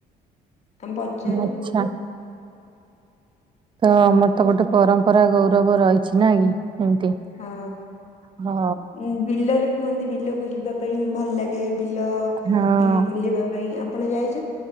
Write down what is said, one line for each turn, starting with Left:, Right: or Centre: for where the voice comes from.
Left: ଆମେ ପଚାରୁ।
Right: ଆଚ୍ଛା ତ ଆମର ତ ଗୋଟେ ପରମ୍ପରା ଗୌରବ ରହିଛି ନା କି। ଏମିତି
Left: ହଁ,
Right: ହଁ
Left: ଉଁ ବିଲରେ କୁହନ୍ତି, ବିଲକୁ ଯିବା ପାଇଁ ଭଲ ଲାଗେ ବିଲ
Right: ହଁ।
Left: ବୁଲିବା ପାଇଁ ଆପଣ ଯାଇ